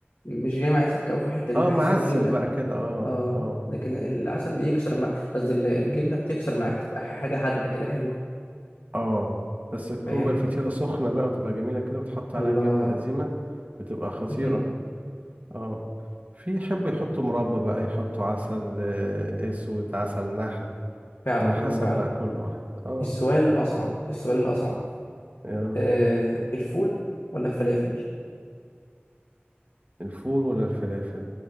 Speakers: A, on the left; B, on the right.
A: مش جاي معايا سكه قوي في الحته دي
B: اه
A: بحس
B: معسل
A: ان الجبنه
B: بقى كده اه
A: اه
B: اه
A: لكن العسل بيكسر مع قصدي ال- الجبنه بتكسر معاك تبقى ح- حاجه حادقه كده حلوه
B: اه بس تكون
A: فاهم
B: بقى الفطيرة سخنة بقى وتبقى جميلة كده وتحط عليها
A: الله
B: الجبنة القزيمة بتبقى خطيرة
A: <laughs>
B: اه في يحبوا يحطوا مربى بقى يحطوا عسل آه، اسود عسل نحل
A: فعلا
B: على حسب
A: اه فعلا
B: بقى كل واحد اه
A: السؤال الاصعب السؤال الاصعب
B: يا
A: آه الفول ولا الفلافل
B: الفول ولا الفلافل